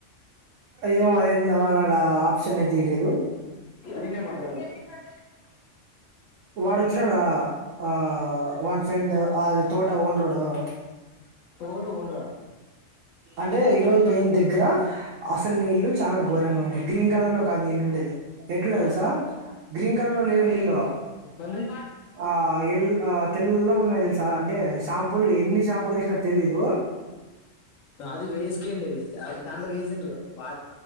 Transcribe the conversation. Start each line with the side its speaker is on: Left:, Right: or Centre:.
Right: ఏమో అది ఇంతవరకు ఆ ఆప్షన్ అయితే ఇయ్యలేదు
Left: నేనే మాట్లాడాల
Right: వాడు వచ్చినాడా ఆ వాని ఫ్రెండ్ అది తోట ఓనరోడు
Left: <unintelligible> ఓన్రా
Right: అంటే
Left: రాతో
Right: ఈరోజు పోయిన దగ్గరదగ్గర అసలు నీళ్ళలు చానా ఘోరంగా ఉ గ్రీన్ కలర్ లో కా నీళ్ళు ఉండేది ఎట్లా తెలుసా
Left: ఆ
Right: గ్రీన్ కలర్ లో లేవు నీళ్లు
Left: మళ్ళీ
Right: ఆ ఎల్ ఆ తెల్లగా ఉన్నాయి తెలుసా అంటే షాంపుూలు ఎన్ని షాంపుూలు వేసినా తెలియదు
Left: అది వేసుకయండి అ దాంట్లోకి వేసిర్రు వా